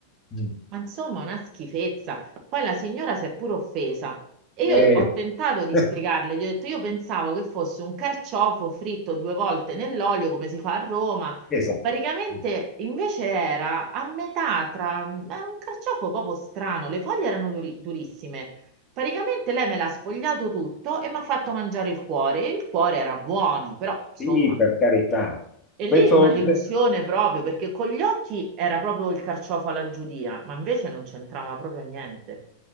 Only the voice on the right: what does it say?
Ma insomma, una schifezza. Poi la signora si è pure offesa e io
ho tentato di
spiegarle, gli ho detto io pensavo che fosse un carciofo fritto due volte nell'olio come si fa a Roma.
Praticamente
invece era a metà tra... era un carciofo proprio strano, le foglie erano duri- durissime Praticamente lei me l'ha sfogliato tutto e mi ha fatto mangiare il cuore. E il cuore era buono, però insomma,
e
lì una delusione proprio perché con gli occhi era proprio il carciofo alla giudia, ma invece non c'entrava proprio niente.